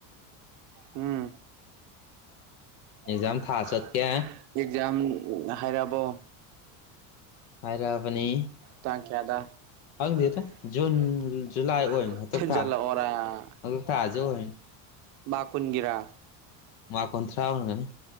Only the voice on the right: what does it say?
ꯎꯝ ꯎꯝ
<unintelligible>
ꯑꯦꯛꯖꯥꯝ ꯍꯥꯏꯔꯛꯑꯕꯣ
ꯇꯥꯡ ꯀꯌꯥꯗ <unintelligible>
ꯊꯖꯜꯂ
ꯑꯣꯔ
<unintelligible>
ꯃꯥꯛ ꯀꯨꯟ ꯒꯤꯔ